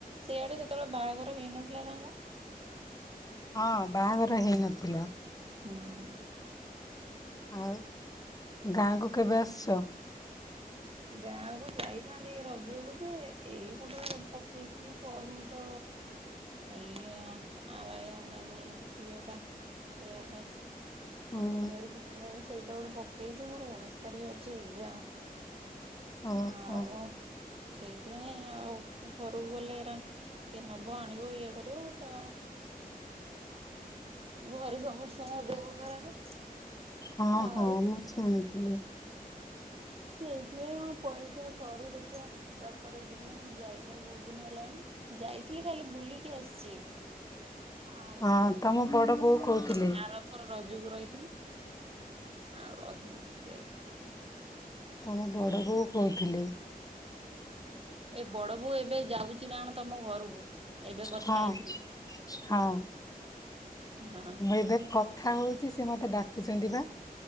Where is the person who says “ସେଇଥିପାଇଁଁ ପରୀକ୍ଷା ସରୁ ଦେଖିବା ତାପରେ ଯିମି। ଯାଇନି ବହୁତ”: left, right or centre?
Right